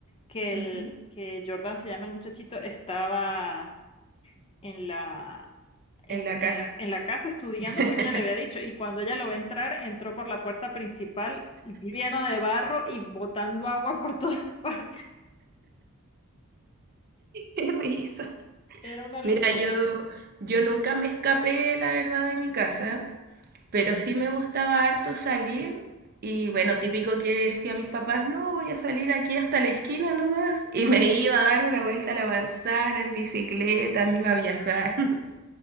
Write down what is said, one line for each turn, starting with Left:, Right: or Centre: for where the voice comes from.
Left: que,
Right: ujú.
Left: el, que Jordan, se llama el muchachito, estaba en la, en,
Right: En la casa.
Left: en la, en la casa estudiando
Right: <laughs>
Left: porque ella le había dicho y cuando ella lo ve entrar, entró por la puerta principal lleno de barro y botando agua por todas <laughs> partes.
Right: Qué risa.
Left: Era una
Right: Mira,
Left: locura.
Right: yo, yo nunca me escapé, la verdad, de mi casa. Pero sí me gustaba harto salir y bueno, típico que decía a mis papás, no, voy a salir aquí hasta la esquina nomás y me iba a dar una vuelta a la manzana en bicicleta, me iba a viajar. <laughs>